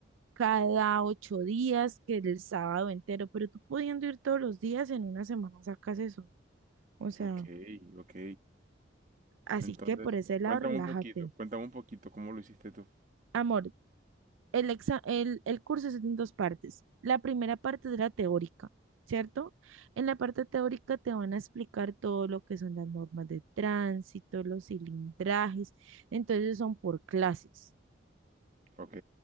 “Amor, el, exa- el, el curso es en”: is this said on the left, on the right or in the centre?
Right